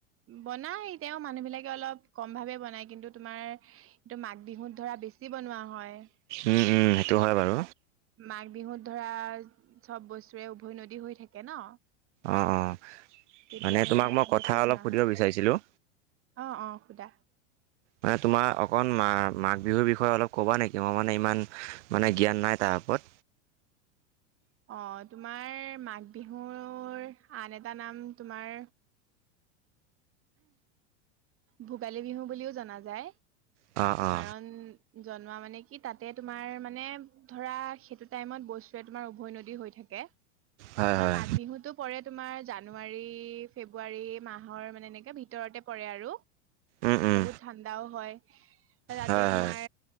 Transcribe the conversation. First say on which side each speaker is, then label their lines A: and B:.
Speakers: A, on the right; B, on the right.
A: বনাম নাই এতিয়া মানুহ বিলাকে অলপ কম ভাৱে বনাই কিন্তু তোমাৰ কিন্তু মাঘ বিহুত ধৰা বেছি বনোৱা হয়
B: উম উম সেইটো হয় বাৰু
A: মাঘ বিহুত ধৰা চব বস্তুৰে উভৈনদী হৈ থাকে ন।
B: অ' অ'
A: তেতিয়া
B: মানে
A: ধৰা
B: তোমাক মই
A: বেছি
B: কথা
A: বনোৱা
B: অলপ সুধিব
A: হয়
B: বিচাৰিছিলোঁ।
A: অ অ সুধা
B: মানে তোমাৰ অকন মা মাক বিহুৰ বিষয়ে অলপ ক'বা নেকি মই মানে ইমান মানে জ্ঞান নাই তাৰ ওপৰত
A: আহ তোমাৰ মাঘ বিহুৰ আন এটা নাম তোমাৰ ভোগালী বিহু বুলিও জনা যায়।
B: অ' অ
A: কাৰণ জনোৱা মানে কি তাতে তোমাৰ মানে ধৰা সেইটো টাইমত বস্তু তোমাৰ উভৈ নদী হৈ থাকে। তোমাৰ
B: হয় হয়
A: মাঘ বিহুতো পৰে তোমাৰ জানুৱাৰী ফেব্ৰুৱাৰী মাহৰ মানে এনে ভিতৰতে পৰে আৰু
B: উম উম
A: বহুত ঠাণ্ডাও হয় যাতে
B: হয়
A: তোমাৰ
B: হয়